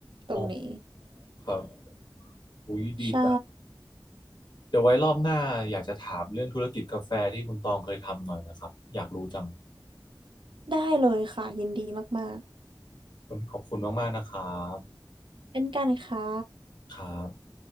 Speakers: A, on the right; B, on the left.
A: ตรงนี้
B: อ๋อครับอุ้ยดีจัง
A: ใช่
B: เดี๋ยวไว้รอบหน้าอยากจะถามเรื่องธุรกิจกาแฟที่คุณตองเคยทำหน่อยนะครับอยากรู้จัง
A: ได้เลยค่ะยินดีมาก
B: วันนี้ขอบคุณมากๆนะครับ
A: ๆ เป็นกันค่ะ
B: ครับ